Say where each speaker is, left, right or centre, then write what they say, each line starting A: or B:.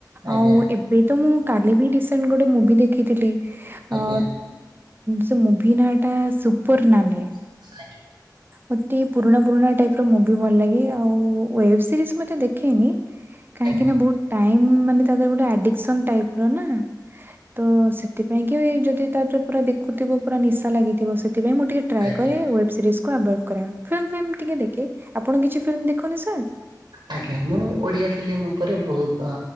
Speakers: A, on the right; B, on the right.
A: ଆଜ୍ଞା
B: ଆଉ ଏବେ ତ ମୁଁ କାଲି ବି ରସେଣ୍ଟ ଗୋଟେ ମୁଭି ଦେଖିଥିଲି।
A: ଆଜ୍ଞା
B: ଅ ସେ ମୁଭି ନା ଟା ସୁପର ନାନୀ।
A: <unintelligible>
B: ମତେ ପୁରୁଣା ପୁରୁଣା ଟାଇପ୍ ର ମୁଭି ଭଲ ଲାଗେ ଆଉ ୱେବ୍ ସିରିଜ ମତେ ଦେଖେନି କାହିଁକି
A: ଆଜ୍ଞା।
B: ନା ବହୁତ ଟାଇମ୍ ମାନେ ତା ଧିଅରେ ଗୋଟେ ଆଡିକସ ଟାଇପ ର ନା ତ ସେଥିପାଇଁ କି ଯଦି ତା ପୁରା ଦେଖଥିବ ପୁରା ନିଶା ଲାଗିଥିବ ସେଥିପାଇଁ ମୁଁ ଟିକେ ଟ୍ରାଏ
A: ଆଜ୍ଞା
B: କରେ ୱେବ ସିରିଜ କୁ କୁ ଆଭୋଏଡ୍ କରେ। ଫିଲ୍ମ ଫିଲ୍ମ୍ ଟିକେ ଦେଖେ। ଆପଣ କିଛି ଫିଲ୍ମ ଦେଖନ୍ତି ସାର୍?
A: ଆଜ୍ଞା ମୁଁ ଓଡିଆ ଫିଲ୍ମ ଉପରେ ବହୁତ ଆ